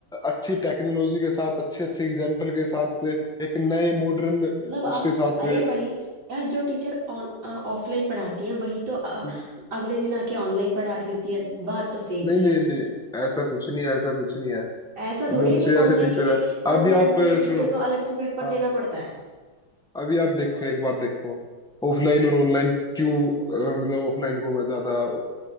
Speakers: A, in the centre; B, on the right.
A: अच्छी टेक्नोलॉजी के साथ अच्छे अच्छे एग्जाम्पल के साथ एक नए मॉडर्न
B: मतलब आप
A: उसके साथ
B: अरे वही यार जो टीचर ऑन ऑफलाइन पढ़ाती हैं वही तो अ,
A: हम्म,
B: अगले दिन आके ऑनलाइन पढ़ा रही होती है बात तो सेम
A: नहीं
B: ही
A: नहीं
B: है
A: नहीं ऐसा कुछ नहीं है, ऐसा कुछ नहीं है
B: ऐसा थोड़ी
A: बहुत
B: है कि
A: से ऐसे
B: ऑनलाइन
A: टीचर
B: के लिए
A: है
B: ऑनलाइन
A: अभी आप
B: के लिए टीचर
A: सुनो
B: को अलग से पेपर
A: हाँ।
B: देना पड़ता है
A: अभी आप देखो एक बात देखो ऑफलाइन और ऑनलाइन क्यों अ, मतलब ऑफलाइन को मैं ज्यादा